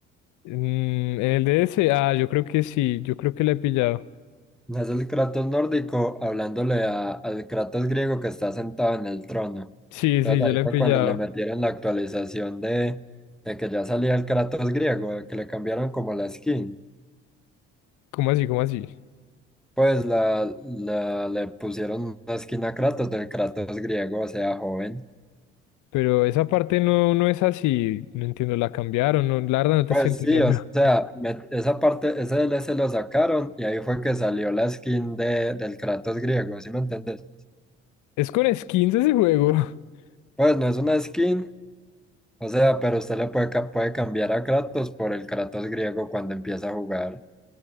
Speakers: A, on the left; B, in the centre.
A: Mm, en el D. DS, ah, yo creo que sí, yo creo que la he pillado.
B: No Es el Kratos nórdico hablándole a- al Kratos griego que está sentado en el trono.
A: Sí,
B: Entonces
A: sí, yo
B: ahí
A: la he
B: fue
A: pillado.
B: cuando le metieron la actualización de, de que ya salía el Kratos griego, de que le cambiaron como la skin.
A: ¿Cómo así, cómo así?
B: Pues la, la- le pusieron una skin a Kratos del Kratos griego, o sea, joven.
A: Pero esa parte no, no es así, no entiendo, la cambiaron, no, la verdad no te
B: Pues
A: estoy entendiendo.
B: sí, o sea,
A: <laughs>
B: me- esa parte, ese D L DLC lo sacaron y ahí fue que salió la skin de, del Kratos griego, ¿sí me entiendes?
A: Es con skins ese juego. <laughs>
B: Pues no es una skin, o sea, pero usted le puede, ca- puede cambiar a Kratos por el Kratos griego cuando empieza a jugar.